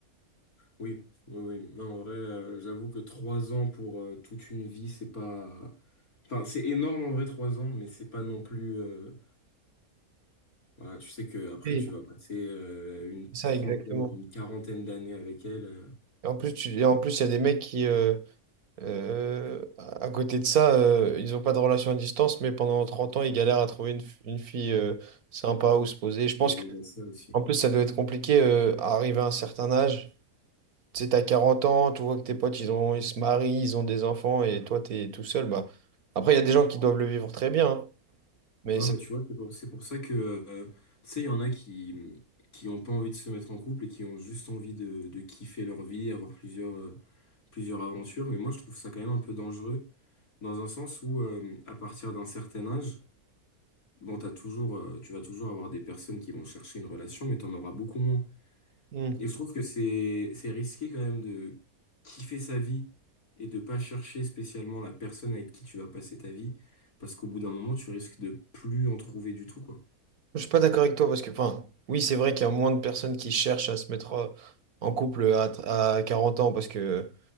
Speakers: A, on the left; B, on the right.
A: Oui, oui, oui. Non, en vrai, euh, j'avoue que trois ans pour euh, toute une vie, c'est pas. Enfin, c'est énorme en vrai, trois ans, mais c'est pas non plus. euh, Voilà, tu sais que après
B: Oui.
A: tu vas passer euh, une
B: c'est ça
A: trentaine,
B: exactement.
A: une quarantaine d'années avec elle. euh,
B: Et en plus, tu, et en plus, il y a des mecs qui, euh, euh, à à côté de ça, euh, ils n'ont pas de relation à distance, mais pendant 30 ans, ils galèrent à trouver une, f- une fille euh, sympa où se poser. Je pense
A: Il y a il
B: que,
A: y a de ça aussi.
B: en plus, ça doit être compliqué euh, à arriver à un certain âge. Tu sais, t'as 40 ans, tu vois que tes potes, ils ont, ils se marient, ils ont des enfants, et toi, t'es tout seul. Bah. Après, il y a des gens qui doivent le vivre très bien, hein, mais
A: Ouais,
B: ça...
A: bah tu vois, c'est pour, c'est pour ça que, euh, tu sais, il y en a qui qui ont pas envie de se mettre en couple et qui ont juste envie de, de kiffer leur vie, avoir plusieurs, euh, plusieurs aventures. Mais moi, je trouve ça quand même un peu dangereux, dans un sens où, euh, à partir d'un certain âge, bon, t'as toujours, euh, tu vas toujours avoir des personnes qui vont chercher une relation, mais t'en auras beaucoup moins.
B: Hmm.
A: Et je trouve que c'est c'est risqué quand même de kiffer sa vie et de pas chercher spécialement la personne avec qui tu vas passer ta vie, parce qu'au bout d'un moment, tu risques de plus en trouver du tout, quoi.
B: Je suis pas d'accord avec toi parce que, enfin, oui, c'est vrai qu'il y a moins de personnes qui cherchent à se mettre euh, en couple à, tr- à 40 ans parce que,